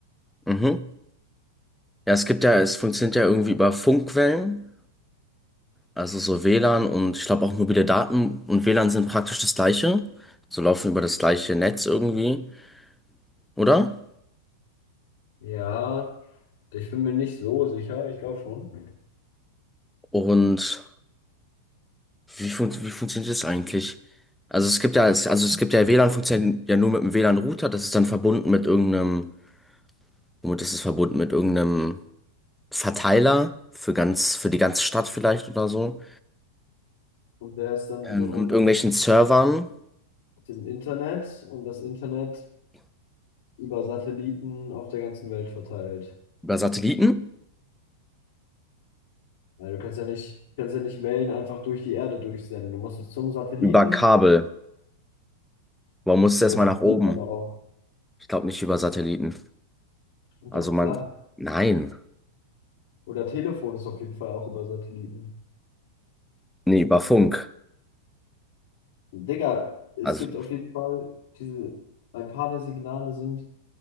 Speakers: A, in the centre; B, on the left.
A: mhm. Ja, es gibt ja, es funktioniert ja irgendwie über Funkwellen. Also so WLAN und ich glaube auch mobile Daten und WLAN sind praktisch das gleiche. So laufen über das gleiche Netz irgendwie, oder?
B: Ja, ich bin mir nicht so sicher, ich glaube schon.
A: Und wie, fun wie funktioniert das eigentlich? Also es gibt ja, es- also es gibt ja WLAN funktioniert ja nur mit einem WLAN-Router, das ist dann verbunden mit irgendeinem, womit ist es verbunden? Mit irgendeinem Verteiler für ganz, für die ganze Stadt vielleicht oder so.
B: Und der ist dann
A: Ähm,
B: wiederum
A: mit irgendwelchen
B: mit
A: Servern,
B: dem Internet und das Internet über Satelliten auf der ganzen Welt verteilt.
A: über Satelliten,
B: Also du kannst ja nicht, kannst ja nicht Wellen einfach durch die Erde durchsenden. Du musst es zum Satelliten,
A: über Kabel. Warum muss es
B: über
A: erstmal
B: Satelliten
A: nach oben?
B: aber auch.
A: Ich glaube nicht über Satelliten.
B: Und
A: Also
B: doch,
A: man,
B: klar.
A: nein,
B: Oder Telefon ist auf jeden Fall auch über Satelliten.
A: nee, über Funk.
B: Digga, es
A: Also,
B: gibt auf jeden Fall diese, ein paar der Signale sind,